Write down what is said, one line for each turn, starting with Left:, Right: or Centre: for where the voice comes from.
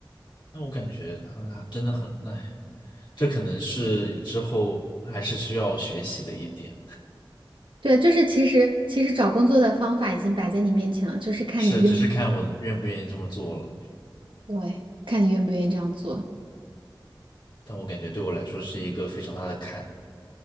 Left: 那我感觉啊，真的很累，这可能是之后还是需要学习的一点，
Right: 对，就是其实其实找工作的方法已经摆在你面前了，就是看你愿，
Left: <laughs> 是，只是看我愿不愿意这么做了。
Right: 对，看你愿不愿意这样做。
Left: 但我感觉对我来说是一个非常大的坎，